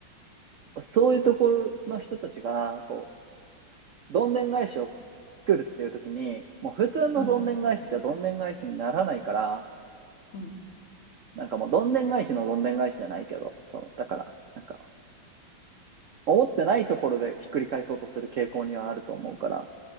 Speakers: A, on the right; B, on the left.
A: う、そういうところの人たちが、こう、どんでん返しを作るっていう時に、もう普通のどんでん返しじゃどんでん返しにならないから、
B: うん、うん
A: なんかもうどんでん返しのどんでん返しじゃないけど、その、だから、なんか、思ってないところでひっくり返そうとする傾向にはあると思うから、